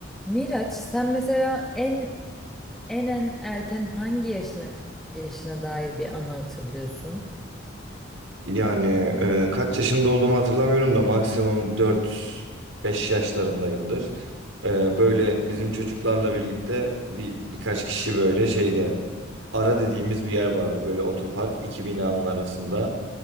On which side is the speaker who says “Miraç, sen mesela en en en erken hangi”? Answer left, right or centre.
Centre